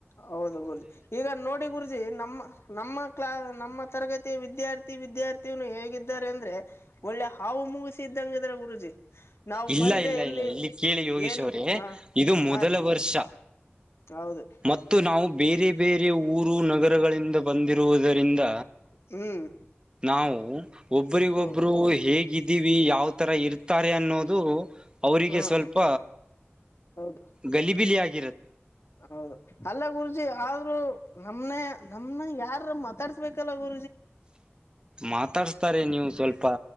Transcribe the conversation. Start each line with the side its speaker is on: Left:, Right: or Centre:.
Left: ಹೌದು ಗುರ್ಜಿ ಈಗ ನೋಡಿ ಗುರುಜಿ ನಮ್ಮ ನಮ್ಮ ಕ್ಲಾ ನಮ್ಮ ತರಗತಿಿಯ ವಿದ್ಯಾರ್ಥಿ. ಪ್ರತಿ ವಿದ್ಯಾರ್ಥಿನ ಹೇಗಿದ್ದಾರೆ ಅಂದ್ರೆ ಒಳ್ಳೆ ಹಾವು ಮುಗಿಸಿ ಇದ್ದಂಗಿದ್ರ ಗುರುಜಿ. ನಾವು
Right: ಇಲ್ಲ
Left: ಬಂದ್ರೆ
Right: ಇಲ್ಲ
Left: ಎಲ್ಲಿ
Right: ಇಲ್ಲ ಇಲ್ಲಿ ಕೇಳಿ ಯೋಗೀಶ್
Left: ಏನು
Right: ಅವ್ರೇ
Left: ಹ
Right: ಇದು ಮೊದಲ
Left: ಹಾ ರೀ
Right: ವರ್ಷ.
Left: ಹೌದು
Right: ಮತ್ತು ನಾವು ಬೇರೆ ಬೇರೆ ಊರು ನಗರಗಳಿಂದ ಬಂದಿರುವುದರಿಂದ.
Left: ಹ್ಮ್.
Right: ನಾವು ಒಬರಿಗೊಬ್ಬರು
Left: ಹೌದು
Right: ಹೇಗಿದ್ದೀವಿ ಯಾವ ತರ ಇರ್ತಾರೆ ಅನ್ನೋದು. ಅವರಿಗೆ
Left: ಹ್ಮ್
Right: ಸ್ವಲ್ಪ
Left: ಹೌದು
Right: ಗಲಿಬಿಲಿ ಆಗ
Left: ಹೌದು ಅಲ್ಲ ಗುರುಜಿ ಆದ್ರೂ ನಮನೆ. ನಮ್ನ ಯಾರ ಮಾತಾಡ್ಸ್ಬೇಕಲ್ಲ ಗ
Right: ಮಾತಾಡ್ಸ್ತಾರೆ ನೀವು ಸ್ವಲ್ಪ.